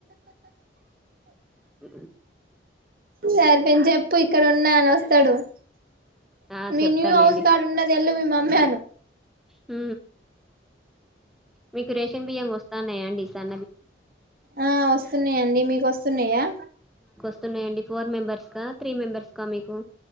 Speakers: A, in the centre; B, on the right.
A: అ
B: ఈ అయిపొయింది చెప్పు ఇక్కడ ఉ నాయన వస్తాడువస్తాడు
A: ఆ
B: నిన్నుహౌస్
A: చెప్తాలేండి
B: కార్డ్ ఉన్నది వెల్ళ మీ మమ్మ అను
A: హ మీకు రేషన్ బియ్యం వస్తున్నాయా అండి స
B: ఆ వ వస్తున్నాయాండి మీకు వస్తున్నాయా
A: స్తున్నాయండి ఫోర్ మెంబర్ గా త్రీ మెంబర్స్ కా మీకు